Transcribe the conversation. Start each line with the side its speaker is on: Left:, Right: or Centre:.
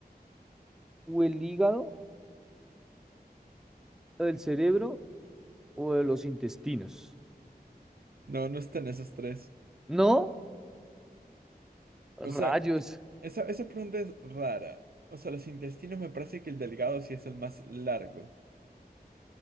Centre: o el hígado, o el cerebro, o de los intestinos.
Right: No, no están esos tres.
Centre: ¿No? Rayos.
Right: O sea, esa, esa pregunta es rara. O sea, los intestinos me parece que el delgado sí es el más largo.